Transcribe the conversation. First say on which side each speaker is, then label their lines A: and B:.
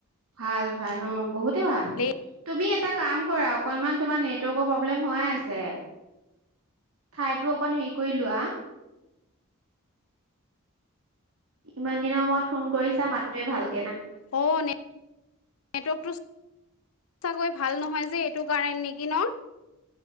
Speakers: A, on the right (about 75°); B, on the left (about 70°).
A: ভাল ভাল অ বহুত। তুমি
B: ভালেই
A: এটা কাম কৰা অকনমান তোমাৰ নেটৱৰ্কৰ প্ৰব্লেম হৈয়ে আছে। ঠাইতো অকণ হেৰি কৰি লোৱা। ইমান দিনৰ মূৰত ফোন কৰিছা মাতটোৱে ভাল।
B: অ নে নেটৱৰ্কটো। সঁচাকৈ ভাল নহয় যে এইটো কাৰণ নেকি ন।